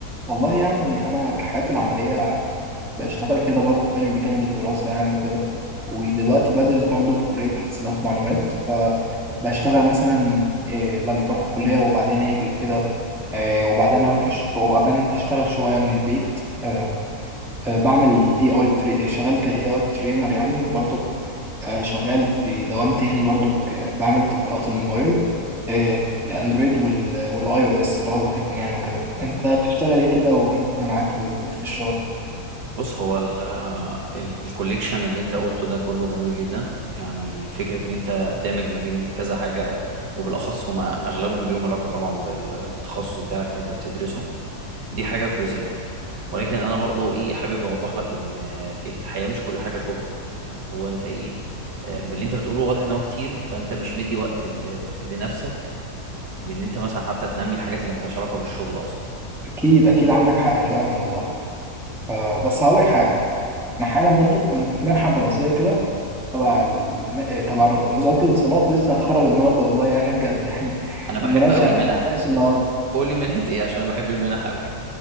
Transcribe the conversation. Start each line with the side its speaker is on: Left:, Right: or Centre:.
Centre: والله يعني انا كحياتي العمليه بشتغل كده بارت تايم بجانب الدراسه يعني وكده ودلوقتي بدرس برضو في كليه حاسبات ومعلومات فبشتغل مثلا إيه لما بروح الكليه وبعدين اجي وكده آه، وبعدين اروح أش- وبعدين اشتغل شويه من البيت آه، آه، بعمل اي اي شغال كاي اي ترينر يعني وبرضو آه، شغال في دوام تاني برضو ك- بعمل تطبيقات الموبايل آه، الاندرويد وال- والاي او اس اللي هو الايفون يعني وكده انت بتشتغل ايه كده وايه الدنيا معاك في ال- في الشغل
Right: بص هو ال ال- الكوليكشن اللي انت قلته ده كله جميل جدا يعني فكرة ان انت دامج ما بين كذا حاجة وبالاخص هما اغلبهم ليهم علاقة طبعا بال- بالتخصص بتاعك اللي انت بتدرسه دي حاجة كويسة جدا ولكن انا برضو ايه حابب اوضح لك ان الحياة مش كل حاجة شغل برضو يعني هو انت ايه آه، من اللي انت بتقوله واضح ان هو كتير فانت مش مدي وقت ل- لنفسك لان انت مثلا حتى تنمي الحاجات اللي ملهاش علاقة بالشغل اصلا
Centre: اكيد اكيد عندك حق فعلا والله آه، بس هقولك حاجه انا حالا برضو كنت في منحه دراسيه كده تبع الم- آه، تبع الر- وزاره الاتصالات لسه هتخرج النهارده والله يعني بجد <laughs> يعني
Right: انا بحب
Centre: المناقشه
Right: قوي المنح
Centre: هناقش النهارده
Right: قول لي منحة ايه عشان انا بحب المنح قوي